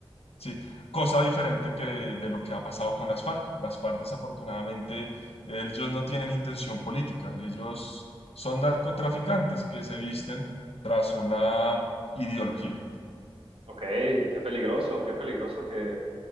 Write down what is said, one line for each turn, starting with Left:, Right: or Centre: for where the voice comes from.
Left: Sí, cosa diferente que de lo que ha pasado con las FARC. Las FARC, desafortunadamente, ellos no tienen intención política. Ellos son narcotraficantes que se visten tras una ideología.
Right: Ok, qué peligroso, qué peligroso que,